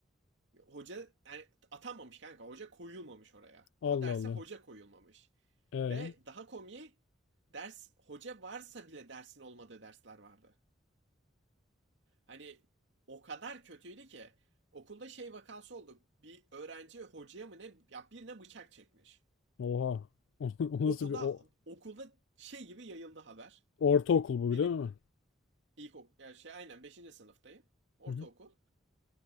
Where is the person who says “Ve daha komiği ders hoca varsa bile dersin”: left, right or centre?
Right